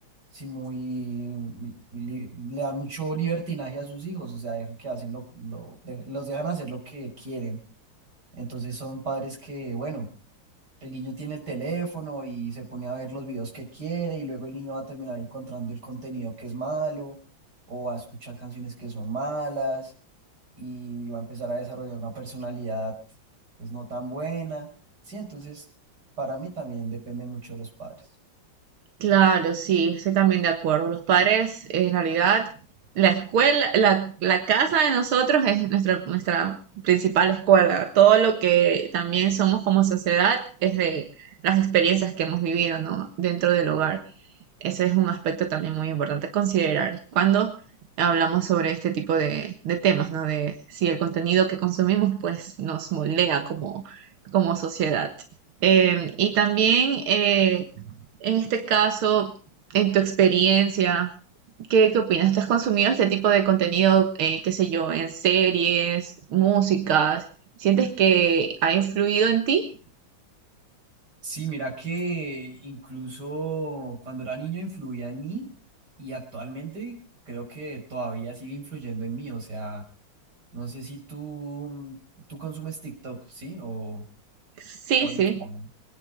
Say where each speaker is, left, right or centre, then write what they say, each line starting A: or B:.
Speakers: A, on the right; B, on the right.
A: sí, muy, muy- li- le dan mucho libertinaje a sus hijos, o sea, dejan que hacen lo, lo- de- los dejan hacer lo que quieren. Entonces son padres que, bueno, el niño tiene el teléfono y se pone a ver los videos que quiere y luego el niño va a terminar encontrando el contenido que es malo o a escuchar canciones que son malas y va a empezar a desarrollar una personalidad pues no tan buena. Sí, entonces para mí también depende mucho de los padres.
B: Claro, sí, estoy también de acuerdo. Los padres, en realidad, la escuela, la, la casa de nosotros es nuestra, nuestra principal escuela. Todo lo que también somos como sociedad es de las experiencias que hemos vivido, ¿no? Dentro del hogar. Ese es un aspecto también muy importante a considerar cuando hablamos sobre este tipo de, de temas, ¿no? De si el contenido que consumimos, pues, nos moldea como, como sociedad. Em, y también, eh, en este caso, en tu experiencia, ¿qué, qué opinas? ¿Tú has consumido este tipo de contenido, eh, qué sé yo, en series, músicas? ¿Sientes que ha influido en ti?
A: Sí, mira que incluso cuando era niño influía en mí y actualmente creo que todavía sigue influyendo en mí. O sea, no sé si tú, tú consumes TikTok, ¿sí? O,
B: Sí,
A: o Instagram.
B: sí.